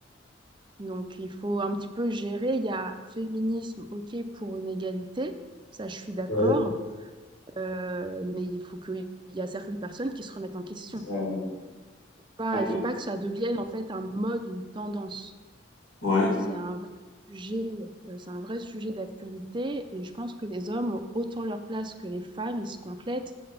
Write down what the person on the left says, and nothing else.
Ouais.
Euh,
ok.
Ouais,